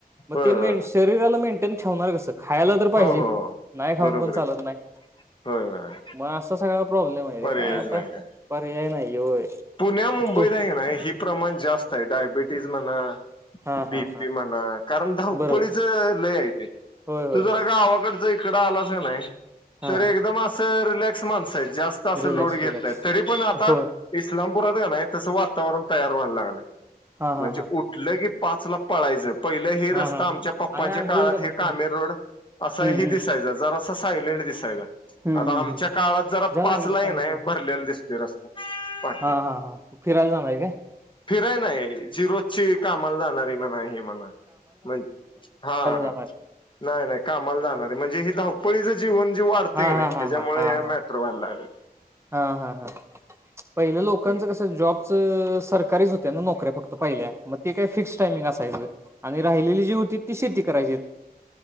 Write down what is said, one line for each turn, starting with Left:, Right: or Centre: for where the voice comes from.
Right: मग
Left: हो होय
Right: ते मेन
Left: होय
Right: शरीराला मेंटेन ठेवणार कसं खायला तर पाहिजे
Left: हो हो
Right: नाही खाऊन
Left: बरोबर
Right: पण
Left: आहे
Right: चालत नाही
Left: होय होय
Right: मग असा सगळा प्रॉब्लेम आहे रे
Left: पर्यायच
Right: काय आता
Left: नाही काय
Right: पर्याय नाही होय
Left: पुण्या मुंबईत
Right: तू
Left: आहे नाही हे प्रमाण जास्त आहे डायबिटीज म्हणा
Right: हा
Left: बी
Right: हा हा
Left: पी म्हणा कारण धावपळीच
Right: बरोबर
Left: लई आहे ते
Right: होय होय
Left: तू जरा
Right: होय
Left: गावाकड जर इकडं आलास कनई
Right: हा
Left: तर एकदम असं रिलॅक्स माणस आहेत जास्त असं
Right: रिलॅक्स
Left: लोड घेतल
Right: रिलॅक्स
Left: नाहीत तरी पण आता
Right: होय
Left: इस्लामपुरात कनई तसं वातावरण तयार व्हायला लागलंय
Right: हा हा
Left: म्हणजे
Right: हा
Left: उठलं की पाच ला पळायचं पहिलं ही रस्ता
Right: हा हा
Left: आमच्या पप्पांच्या
Right: आणि आंघोळीला
Left: काळात
Right: जा
Left: ही
Right: पटकन
Left: कामेर रोड असा
Right: हम्म
Left: ही
Right: हम्म
Left: दिसायचा जर असं सायलेंट दिसायचा
Right: हम्म
Left: आता
Right: हम्म
Left: आमच्या
Right: हम्म
Left: काळात जरा
Right: जा
Left: पाचला
Right: लागलीच
Left: हाय
Right: पाणी
Left: कीनई
Right: सोडून
Left: भरलेला दिसतोय रस्ता वाटते
Right: हा हा हा फिरायला जागा हाय का
Left: फिराय नाय जी रोजची कामाला जाणारी म्हणा हे म्हणा ही म्हणा म्हण हा हा हा
Right: हा हा
Left: नाही नाही कामाला जाणारी म्हणजे ही धावपळ जीवन जे वाढतय
Right: हा
Left: कीनई
Right: हा हा
Left: ह्याच्यामुळे
Right: हा हा
Left: हे
Right: हा
Left: मॅटर व्हायला लागलय
Right: हा हा हा पहिलं लोकांच
Left: लागलेत.
Right: कस जॉब् स सरकारीच होत्या ना नोकऱ्या फक्त पाहिल्या मग ते काय फिक्स टायमिंग असायचं आणि राहिलेली जी होतीत ती शेती करायचीत